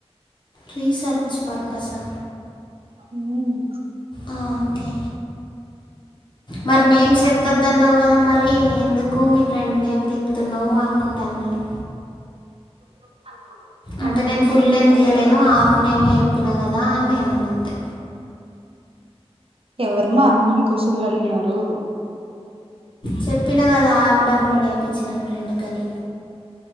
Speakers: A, on the left; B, on the right.
A: రీసెర్చ్ పర్పసా
B: హ్మ్
A: ఆ ఓకే మరి నేమ్స్ ఎత్తోద్దన్నావ్ గదా, మరి ఎందుకు మీ ఫ్రెండ్ నేమ్ తిప్తున్నావు అనుకుంట అన్నారు
B: <unintelligible> ఆ
A: అంటే
B: ఉన్నాయి
A: నేను ఫుల్ నేమ్ తీయలేను హాఫ్ నేమే చెప్పిన కదా అని నేన అన్న అంతే
B: ఎవరమా అన్ని క్వశ్చన్లు అడుగుతున్నారు.
A: చెప్పినా కదా యాప్ డౌన్లోడే చెయ్యా మని ఇచ్చిన ఫ్రెండ్కని